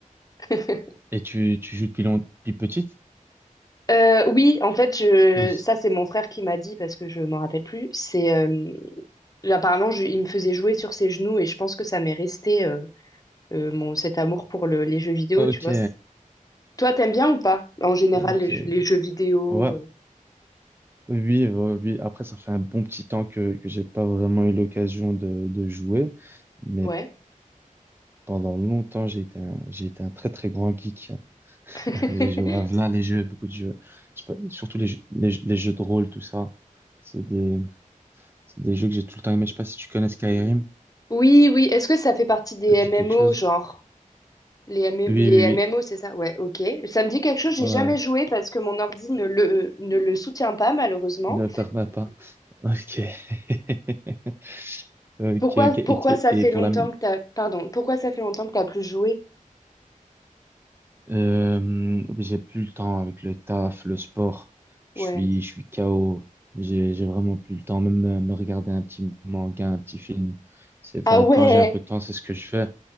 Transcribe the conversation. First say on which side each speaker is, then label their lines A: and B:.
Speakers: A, on the left; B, on the right.
A: <laughs>
B: Et tu, tu joues depuis long- depuis petite?
A: Euh, oui, en fait, je...
B: Pouce.
A: ça c'est mon frère qui m'a dit parce que je m'en rappelle plus. C'est euh, apparemment je- il me faisait jouer sur ses genoux et je pense que ça m'est resté euh, euh, mon cet amour pour le- les jeux vidéo,
B: Ok,
A: tu vois. C'est- Toi, t'aimes bien ou pas en général
B: ok.
A: les, jeux les jeux vidéo?
B: Ouais,
A: euh,
B: oui, ouais, oui. Après, ça fait un bon petit temps que, que j'ai pas vraiment eu l'occasion de, de jouer. Mais
A: Ouais.
B: Pendant longtemps, j'ai été un, j'ai été un très très grand geek.
A: <laughs>
B: <laughs> J'ai joué à plein les jeux, beaucoup de jeux. Je sais pas, surtout les jeux, les, jeux les jeux de rôle, tout ça. C'est des, c'est des jeux que j'ai tout le temps aimé. Je sais pas si tu connais Skyrim.
A: Oui, oui. Est-ce que ça fait partie des
B: Ça
A: MMO
B: te dit quelque Oui, chose?
A: genre? Les MM
B: Oui,
A: les
B: oui,
A: M
B: oui.
A: M O c'est ça? Ouais, ok. Ça me dit quelque chose, j'ai
B: Ouais.
A: jamais joué parce que mon ordi ne le, ne le soutient pas, malheureusement.
B: Ne perds pas. Ok. <laughs> Ok,
A: Pourquoi,
B: ok.
A: pourquoi
B: Et, et-
A: ça fait
B: et pour
A: longtemps
B: la musique.
A: que t'as... Pardon, pourquoi ça fait longtemps que t'as plus joué?
B: Euh, j'ai plus le temps avec le taf, le sport. Je
A: Ouais.
B: suis, je suis KO. J'ai, j'ai vraiment plus le temps. Même euh, me regarder un petit manga, un petit film. C'est, enfin,
A: Ah ouais,
B: quand j'ai un peu de temps, c'est ce que je fais.